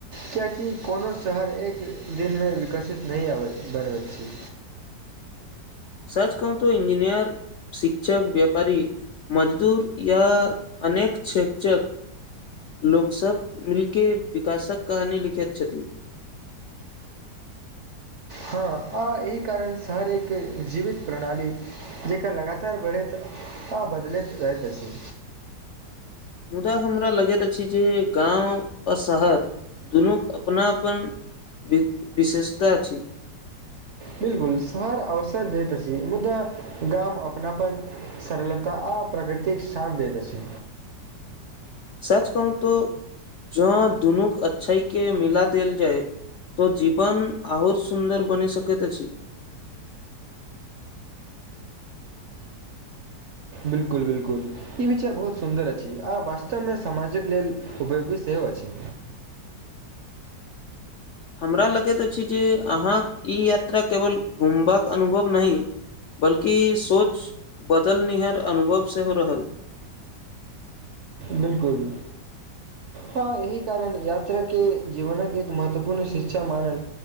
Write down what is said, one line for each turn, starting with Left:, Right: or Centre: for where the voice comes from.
Right: किियकि कोनो शहर एक दिन मे विकसित नहि आबैत बनबैत छी।
Left: सच कहू तो इंजीनियर, शिक्षक, व्यापारी, मजदूर या अनेक क्षेत्रक लोक सब मिलके विकासक कहानी लिखैत छथि।
Right: हाँ आ एहि कारण शहर एक जीवित प्रणाली जेका लगातार बढ़ैत आ बदलैत रहैत अछि।
Left: मुदा हमरा लगैत अछि जे गांव आ शहर दुनूक अपनापन वि विशेषता अछि।
Right: बिलकुल शहर अवसर दैत अछि, मुद्दा गाम अपनापन, सरलता आ प्रकृतिक शान दैत अछि।
Left: सच कहु तो जौ दुनूक अच्छाई के मिला देल जाय तो जीवन आओर सुन्दर बनि सकैत अछि।
Right: बिलकुल-बिल्कुल ई विचार बहुत सुन्दर अछि आ वास्तव मे समाजक लेल उपयोगी सेहो अछि।
Left: हमरा लगैत अछि जे अहाँक ई यात्रा केवल घुमबाक अनुभव नहि बल्कि सोच बदलनिहार अनुभव सेहो रहल।
Right: बिलकुल हाँ एहि कारण यात्रा के जीवनक एक महत्वपूर्ण शिक्षा मानल